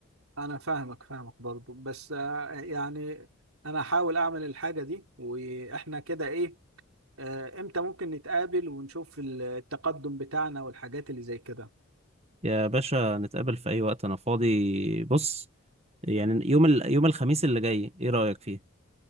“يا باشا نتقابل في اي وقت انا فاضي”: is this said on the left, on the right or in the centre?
Right